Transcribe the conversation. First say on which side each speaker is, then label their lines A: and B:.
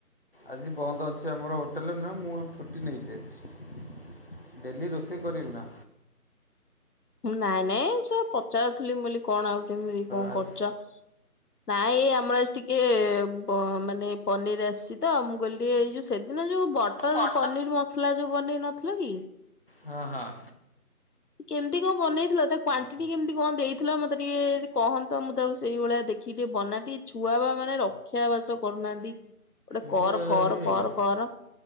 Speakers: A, on the left (about 40°); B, on the left (about 80°).
A: ଆଜି ବନ୍ଦ ଅଛି ଆମର ହୋଟେଲ ନୁହେଁ, ମୁଁ ଛୁଟି ନେଇଚି ଆଜି। ଡେଲି ରୋଷେଇ କରିବି ନା।
B: ନାଇଁ-ନାଇଁ ମୁଁ ସେଇଆ ପଚାରୁଥିଲି ମୁଁ କହିଲି କଣ ଆଉ କେମିତି କଣ
A: ଆଜି
B: କରୁଚ। ନାଇଁ ଏ ଆମର ଆଜି ଟିକେ ପ ମାନେ ପନିର୍ ଆସିଚି ତ, ମୁଁ କହିଲି ଟିକେ ଏଇ ଯୋଉ ସେ ଦିନ ଯେଉଁ ବଟର୍
A: ବଟ
B: ପନିର୍ ମସଲା ଯୋଉ ବନେଇ ନଥିଲ କି
A: ହଁ-ହଁ।
B: କେମ୍ତି କଣ ବନେଇଥିଲ ତା କ୍ଵଣ୍ଟିଟି କେମ୍ତି କଣ ଦେଇଥିଲ ମତେ ଟିକେ କହନ୍ତ ମୁଁ ତାକୁ ସେଇଭଳିଆ ଦେଖିକି ଟିକେ ବନାନ୍ତି, ଏ ଛୁଆ ବା ମାନେ ରକ୍ଷାବାସ କରୁନାହାନ୍ତି। ଗୋଟେ
A: ମୋର
B: କର-କର-କର-କର।
A: ଏ